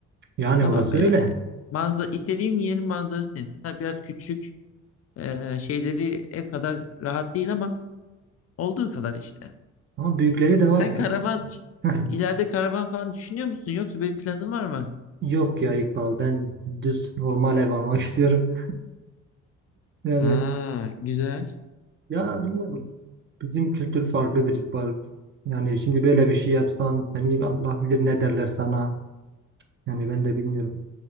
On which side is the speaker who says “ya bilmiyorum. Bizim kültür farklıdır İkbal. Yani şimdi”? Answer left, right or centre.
Right